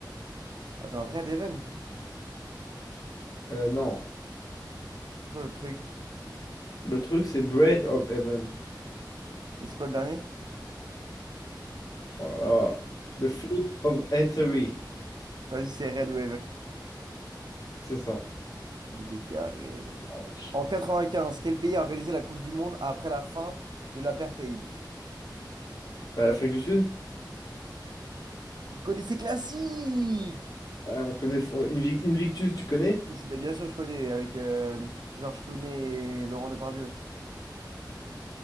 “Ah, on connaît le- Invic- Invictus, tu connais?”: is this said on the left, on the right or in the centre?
Left